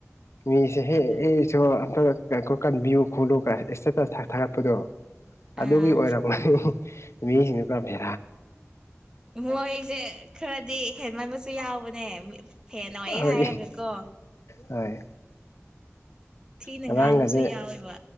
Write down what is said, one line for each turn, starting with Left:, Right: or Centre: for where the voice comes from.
Left: ꯃꯤꯁꯦ ꯍꯦ
Right: ꯑꯗꯨ
Left: ꯏꯁꯣꯔ ꯑꯝꯇ ꯀꯟꯕꯤꯌꯨ ꯈꯣꯂꯨ ꯏꯁꯇꯦꯇꯁ ꯊꯥꯒꯠꯄꯗꯣ ꯑꯗꯨꯒꯤ
Right: ꯑꯥ
Left: ꯑꯣꯏꯔꯝꯒꯅꯤ ꯃꯤ ꯁꯤꯅ ꯕꯦꯔꯥꯅꯤ
Right: ꯃꯣꯏꯁꯦ ꯈꯔꯗꯤ ꯍꯦꯟꯃꯟꯕꯁꯨ ꯌꯥꯎꯕ ꯅꯦ ꯐꯦꯟꯅ ꯑꯣꯏꯌꯦ
Left: ꯍꯣꯏ
Right: ꯍꯥꯏꯔꯒꯀꯣ
Left: ꯍꯣꯏ
Right: ꯊꯤꯅ
Left: ꯉꯔꯥꯡꯒꯁꯦ
Right: ꯉꯥꯡꯕꯁꯨ ꯌꯥꯎꯋꯦꯕ